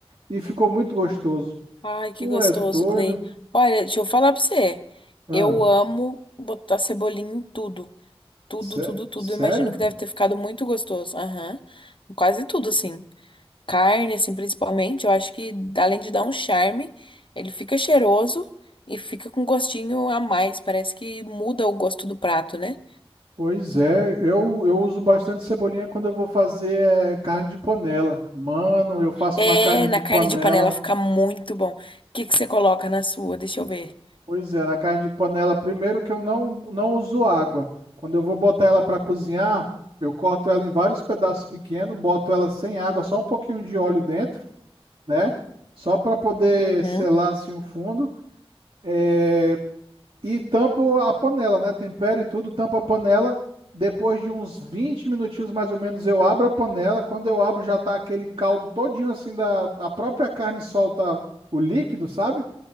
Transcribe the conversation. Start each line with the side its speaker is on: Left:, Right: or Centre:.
Right: e ficou muito gostoso.
Left: Ai,
Right: Tu
Left: que gostoso,
Right: é doido?
Left: Clay. Olha, deixa eu falar pra você.
Right: Ah,
Left: Eu amo botar cebolinha em tudo. Tudo,
Right: sé-
Left: tudo, tudo.
Right: sério?
Left: Eu Imagino que deve ter ficado muito gostoso. Aham. Quase tudo, assim. Carne, assim, principalmente. Eu acho que, além de dar um charme, ele fica cheiroso e fica com gostinho a mais. Parece que muda o gosto do prato, né?
Right: Pois é, eu, eu uso bastante cebolinha quando eu vou fazer eh, carne de panela. Mano, eu faço
Left: É,
Right: uma carne de
Left: na
Right: panela.
Left: carne de panela fica muito bom. O que que você coloca na sua? Deixa eu ver.
Right: Pois é, na carne de panela, primeiro que eu não, não uso água. Quando eu vou botar ela para cozinhar, eu corto ela em vários pedaços pequenos, boto ela sem água, só um pouquinho de óleo dentro, né? Só para poder
Left: Uhum,
Right: selar assim o fundo. É, E tampo a panela, né? Tempero e tudo, tampo a panela. Depois de uns 20 minutinhos mais ou menos, eu abro a panela. Quando eu abro, já tá aquele caldo todinho assim da a própria carne solta o líquido, sabe?